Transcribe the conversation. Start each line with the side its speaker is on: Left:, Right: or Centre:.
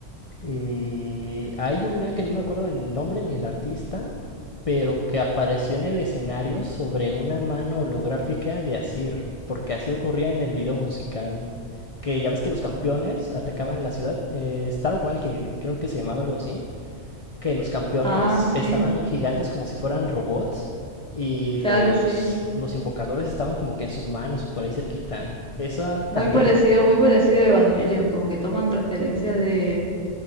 Left: Y hay una que no me acuerdo el nombre ni el artista, pero que apareció en el escenario sobre una mano holográfica de Asir, porque así ocurría en el video musical. Que ya ves que los campeones atacaban la ciudad, eh, Star Walking, creo que se llamaba algo así. Que los campeones
Centre: Ah, sí.
Left: estaban gigantes como si fueran robots y los,
Centre: Claro, sí.
Left: los invocadores estaban como que en sus manos o por ahí cerquita. Esa
Centre: Muy
Left: también
Centre: parecido, muy parecido a Evangelion, como que toman referencias de,